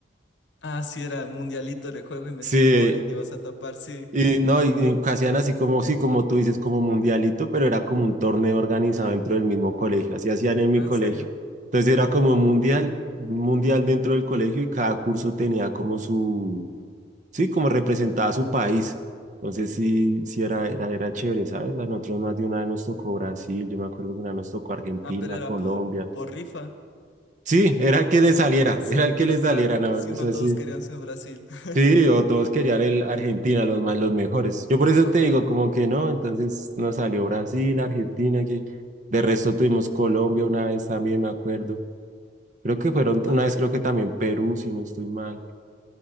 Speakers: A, on the left; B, on the right.
A: Ah, sí, era mundialito de juego y metías
B: Sí,
A: gol y te ibas a tapar, sí.
B: y no, y y hacían así como, sí, como tú dices, como mundialito, pero era como un torneo organizado dentro del mismo colegio, así hacían en mi
A: Ah,
B: colegio.
A: ¿en serio?
B: Entonces era como un mundial, un mundial dentro del colegio y cada curso tenía como su, sí, como representaba a su país. Entonces sí, sí era, era, era chévere, ¿sabes? A nosotros más de una vez nos tocó Brasil, yo me acuerdo que una vez nos tocó Argentina,
A: Ah, pero era
B: Colombia.
A: por, por rifa.
B: Sí, era el que le saliera,
A: Ah, sí,
B: era el que les
A: claro,
B: saliera, no,
A: si
B: eso
A: no todos
B: sí.
A: querían ser Brasil. <laughs>
B: Sí, o todos querían el Argentina, los más, los mejores. Yo por eso
A: Ajá.
B: te digo, como que no, entonces nos salió Brasil, Argentina, que de resto tuvimos Colombia una vez también, me acuerdo. Creo que fueron, una
A: Ah,
B: vez creo que también Perú, si no estoy mal.